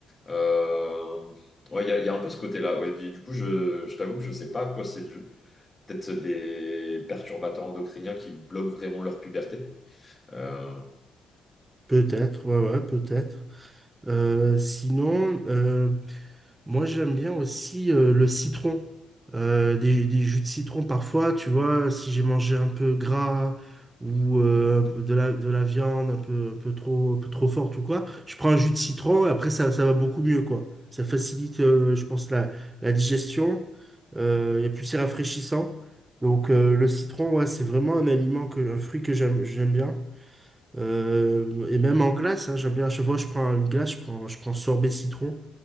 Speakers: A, on the left (about 25°); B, on the right (about 20°).
A: euh, ouais, il y a, il y a un peu ce côté-là. Ouais, du, du coup, je, je t'avoue que je sais pas à quoi c'est dû. Peut-être des perturbateurs endocriniens qui bloquent vraiment leur puberté. Euh,
B: peut-être, ouais, ouais, peut-être. Euh, sinon, euh, Moi, j'aime bien aussi euh, le citron. Euh, des, des jus de citron parfois, tu vois, si j'ai mangé un peu gras ou euh, un peu de la, de la viande un peu, un peu trop, un peu trop forte ou quoi, je prends un jus de citron et après ça, ça va beaucoup mieux, quoi. Ça facilite, euh, je pense, la, la digestion. Euh, et plus c'est rafraîchissant. Donc euh, le citron, ouais, c'est vraiment un aliment que, un fruit que j'aime, j'aime bien. Euh, et même en glace, hein, j'aime bien. À chaque fois je prends une glace, je prends, je prends sorbet citron.